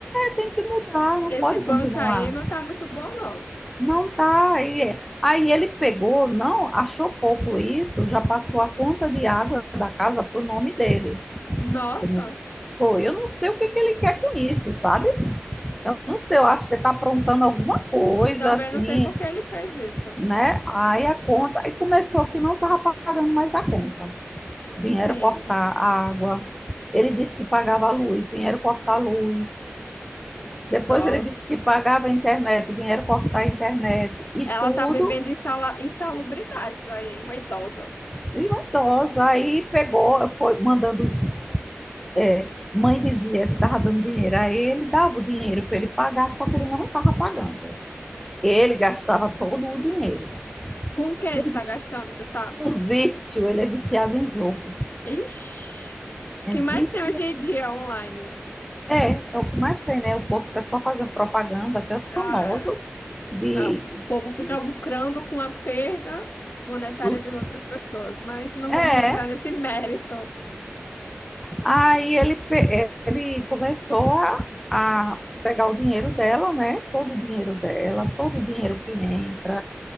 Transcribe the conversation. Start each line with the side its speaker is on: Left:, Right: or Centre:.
Centre: Tem que mudar, não
Left: Esse
Centre: pode
Left: banco
Centre: continuar
Left: aí não tá muito bom, não.
Centre: Não tá. Aí, aí ele pegou, não, achou pouco isso, já passou a conta de água da casa pro nome dele.
Left: Nossa,
Centre: Eu não, foi, eu não sei o que que ele quer com isso, sabe? Eu não sei, eu acho que ele tá aprontando alguma coisa
Left: também
Centre: assim,
Left: não sei por que ele fez isso.
Centre: né? Aí a conta, aí começou que não tava pagando mais a conta. Vieram
Left: Sim,
Centre: cortar a água. Ele disse que pagava a luz, vieram cortar a luz. Depois
Left: nossa.
Centre: ele disse que pagava a internet, vieram cortar a internet. E
Left: Ela
Centre: tudo
Left: tá vivendo insala- insalubridades aí, hein, uma idosa.
Centre: E uma idosa, aí pegou, foi mandando. é, mãe dizia que estava dando dinheiro a ele, dava o dinheiro para ele pagar, só que ele não estava pagando. Ele gastava todo o dinheiro.
Left: Com o que ele
Centre: Um,
Left: tá gastando, você sabe?
Centre: um vício, ele é viciado em jogo.
Left: Ixi. O
Centre: É
Left: que
Centre: vício?
Left: mais tem hoje em dia online?
Centre: É, é o que mais tem, né? O povo fica só fazendo propaganda, até os
Left: Ah,
Centre: famosos, de,
Left: ah, o povo fica
Centre: de,
Left: lucrando com a perda monetária
Centre: dos.
Left: de outras pessoas, mas não
Centre: É,
Left: vamos entrar nesse mérito.
Centre: Aí ele, pe- ele começou a, a pegar o dinheiro dela, né? Todo o dinheiro dela, todo o dinheiro que entra.